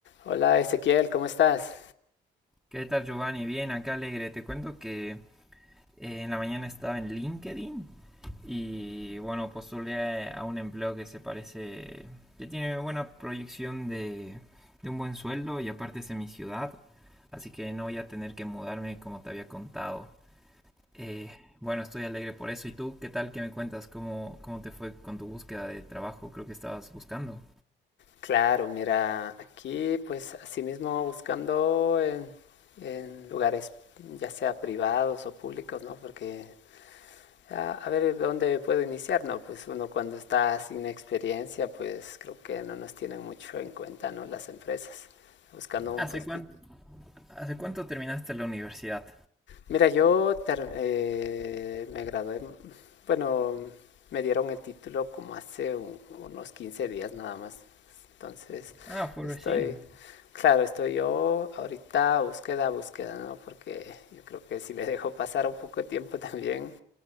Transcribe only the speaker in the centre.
¿Qué tal, Giovanni? Bien, acá alegre. Te cuento que eh, en la mañana estaba en LinkedIn y bueno, postulé a un empleo que se parece, que tiene buena proyección de, de un buen sueldo y aparte es en mi ciudad, así que no voy a tener que mudarme como te había contado. Eh, bueno, estoy alegre por eso. ¿Y tú qué tal? ¿Qué me cuentas? ¿Cómo, cómo te fue con tu búsqueda de trabajo? Creo que estabas buscando.
¿Hace
cuánto, hace cuánto terminaste la universidad?
Ah, fue
recién.